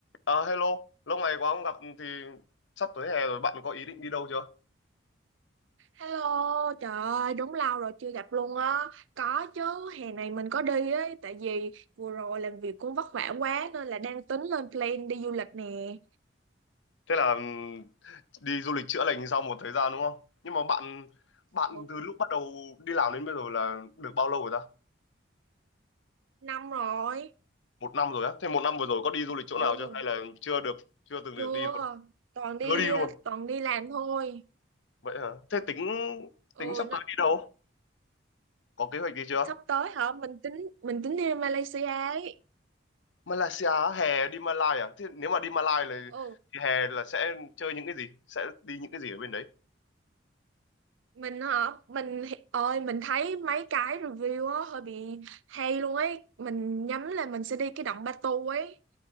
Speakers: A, on the left (about 75°); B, on the right (about 80°).
A: À, hello, lâu ngày quá không gặp thì sắp tới hè rồi bạn có ý định đi đâu chưa?
B: Hello, trời ơi, đúng lâu rồi chưa gặp luôn á. Có chứ, hè này mình có đi ấy, tại vì vừa rồi làm việc cũng vất vả quá nên là đang tính lên plan đi du lịch nè.
A: Thế là ừm, đi du lịch chữa lành sau một thời gian đúng không? Nhưng mà bạn bạn
B: Ừ,
A: từ lúc bắt đầu đi làm đến bây giờ là được bao lâu rồi ta?
B: năm rồi.
A: Một năm rồi á. Thế một năm vừa rồi có đi du lịch chỗ
B: Ừ,
A: nào chưa? Hay là chưa được, chưa từng được
B: chưa.
A: đi luôn?
B: Toàn đi
A: Chưa đi luôn.
B: toàn đi làm thôi.
A: Vậy hả? Thế tính
B: Ừ,
A: tính sắp
B: nó,
A: tới đi đâu? Có kế hoạch gì chưa?
B: sắp tới hả? Mình tính mình tính đi Malaysia ấy.
A: Malaysia á, hè đi Malai à? Thế nếu mà đi Malai là
B: Ừ,
A: thì hè là sẽ chơi những cái gì? Sẽ đi những cái gì ở bên đấy?
B: mình hả? Mình ơi, mình thấy mấy cái review á hơi bị hay luôn ấy. Mình nhắm là mình sẽ đi cái động Batu ấy.